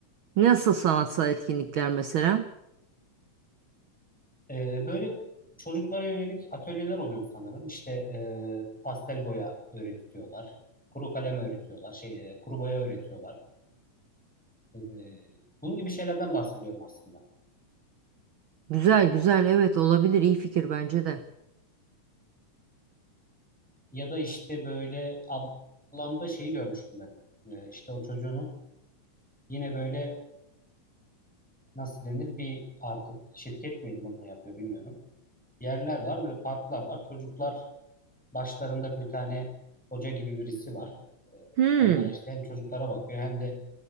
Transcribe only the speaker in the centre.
E, böyle çocuklara yönelik atölyeler oluyor sanırım. İşte e, pastel boya öğretiyorlar, kuru kalem öğretiyorlar, şey e, kuru boya öğretiyorlar. E, bunun gibi şeylerden bahsediyorum aslında.
Ya da işte böyle ablamda şeyi görmüştüm ben. E, işte o çocuğunu yine böyle nasıl denir bir artık şirket mi bunu yapıyor bilmiyorum. Yerler var böyle parklar var. Çocuklar başlarında bir tane hoca gibi birisi var. Ee,
onlara işte hem çocuklara bakıyor hem de